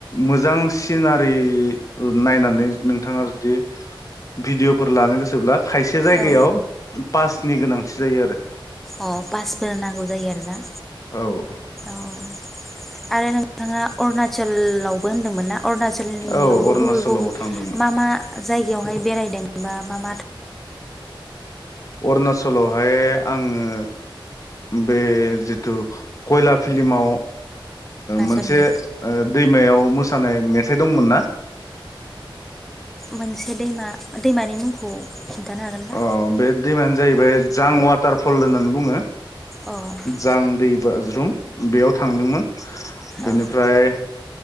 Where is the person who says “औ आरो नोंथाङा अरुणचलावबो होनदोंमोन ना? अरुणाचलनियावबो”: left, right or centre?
Centre